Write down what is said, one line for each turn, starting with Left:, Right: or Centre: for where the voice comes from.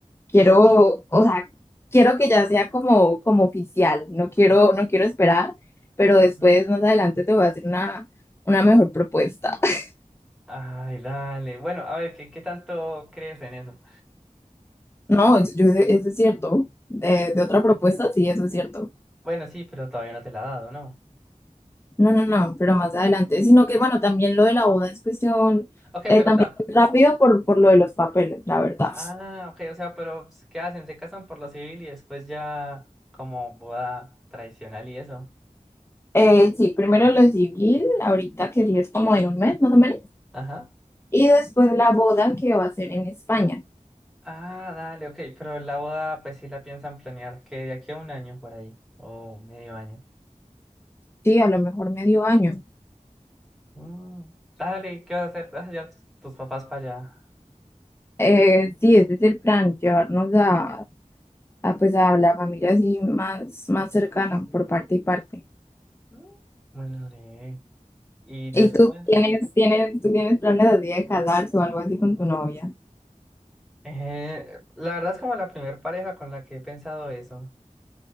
Left: Quiero, o sea, quiero que ya sea como, como oficial. No quiero, no quiero esperar, pero después
Centre: Ujú.
Left: más adelante te voy a hacer una, una mejor propuesta. <laughs>
Centre: Ay, dale. Bueno, a ver, ¿qué, qué tanto crees en eso?
Left: No, yo- eso es cierto. De, de otra propuesta, sí, eso es cierto.
Centre: Bueno, sí, pero todavía no te la ha dado, ¿no?
Left: No, no, no, pero más adelante, sino que bueno, también lo de la boda es cuestión,
Centre: Ok,
Left: eh,
Centre: pero
Left: también
Centre: tam...
Left: rápido por, por lo de los papeles, la verdad.
Centre: Ah, ok, o sea, pero pues, ¿qué hacen? Se casan por lo civil y después ya como boda tradicional y eso.
Left: Eh, sí, primero lo civil, ahorita que sí es como en un mes más o menos,
Centre: Ajá.
Left: y después la boda que va a ser en España,
Centre: Ah, dale, ok, pero la boda pues sí la piensan planear que de aquí a un año por ahí, o medio año.
Left: sí, a lo mejor medio año.
Centre: Mm, dale, ¿y ¿qué vas a hacer? ¿Vas a llevar tus, tus papás para allá?
Left: Eh, sí, ese es el plan, llevarnos a, a, pues a la familia así más, más cercana por parte y parte.
Centre: Mm, bueno, re. Y
Left: ¿Y
Centre: después,
Left: tú tienes, tienes, tú tienes planes así de casarse o algo así con tu novia?
Centre: eh, la verdad es como la primer pareja con la que he pensado eso.